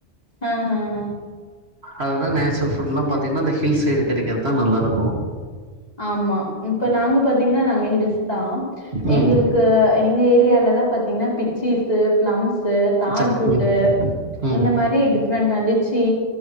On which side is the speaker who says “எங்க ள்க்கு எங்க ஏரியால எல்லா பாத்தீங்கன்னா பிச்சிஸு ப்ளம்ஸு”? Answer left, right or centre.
Left